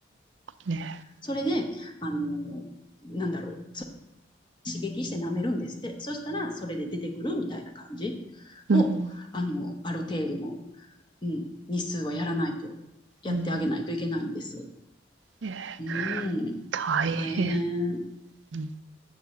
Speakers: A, on the right (about 80°); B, on the left (about 25°).
A: ね。
B: それで、あのーなんだろう、刺激して舐めるんですって。そしたら、それで出てくるみたいな感じ
A: うん。
B: を、あのーある程度の、うん、日数はやらないと、やってあげないといけないんです。
A: うん、ええ、
B: うん。
A: 大変。
B: 大変。
A: うん